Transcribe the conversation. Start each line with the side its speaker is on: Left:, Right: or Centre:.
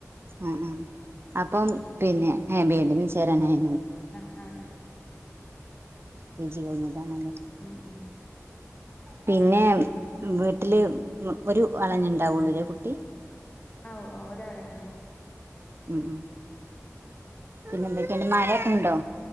Right: ഉം ഉം അപ്പം പിന്നെ ബി എഡ് ന് ചേരൻായി
Left: ആഹ് ആ
Right: പി ജി കഴിഞ്ഞതണല്ലേ
Left: ഉം ഉം
Right: പിന്നെ വീ വ വീട്ടില് ഒരു അളഞ്ഞുണ്ടാവുള്ളൂരേ കുട്ടി
Left: ആ ഒരാളന്നെ ഉള്ളു
Right: മം ഉം പിന്നെ എന്തൊക്കെന്റെ മഴയൊക്കെ ഉണ്ടോ